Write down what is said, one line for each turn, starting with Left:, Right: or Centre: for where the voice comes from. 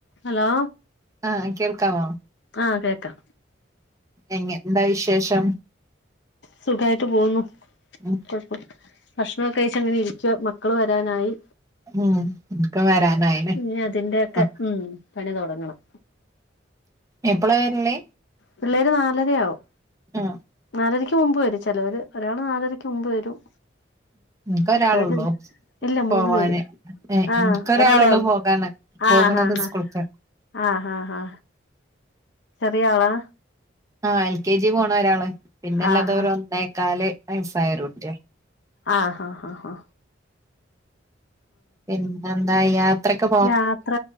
Left: Hello
Right: ആഹ് കേൾക്കാമോ
Left: ആഹ് കേക്കാം
Right: എങ്ങ് ന്താ വിശേഷം
Left: സുഖമായിട്ട് പോകുന്നു
Right: ഉം
Left: കൊഴപ്പം ഭക്ഷണം ഒക്കെ കഴിച്ച് അങ്ങനെ ഇരിക്കുവാ മക്കള് വരാനായി
Right: ഉം ഇൻക്ക് വരാനായിണ്
Left: ഇനി അതിന്റെയൊക്കെ
Right: ആഹ്
Left: ഉം പണി തുടങ്ങണം
Right: എപ്പളാ വര്ണേ?
Left: പിള്ളേര് നാലരയാവും
Right: ആഹ്
Left: നാലരക്ക് മുമ്പ് വരും ചിലവര് ഒരാള് നാലരക്ക് മുമ്പ് വരും
Right: ഇൻക്ക്
Left: മറ്റവര്
Right: ഒരാളുള്ളൂ
Left: ഇല്ല
Right: പോവാന്
Left: മൂന്ന് പേര് ആഹ്
Right: ഇൻക്ക് ഒരാള്
Left: ഒരാളെ
Right: ഒള്ളൂ പോകാന്
Left: ആഹ്
Right: പോകണത്
Left: ഹാ ഹാ
Right: സ്കൂൾക്ക്
Left: ആ ആ ഹാ ചെറിയളാ
Right: ആഹ് എൽ കെ ജി പോണ ഒരാള് പിന്നെല്ലാത്
Left: ആഹ്
Right: ഒരു ഒന്നേക്കാല് വയസ്സായോരുട്ടിയ
Left: ആഹ് ഹ ഹ
Right: പിന്നെന്താ യാത്രോക്കെ
Left: യാത്ര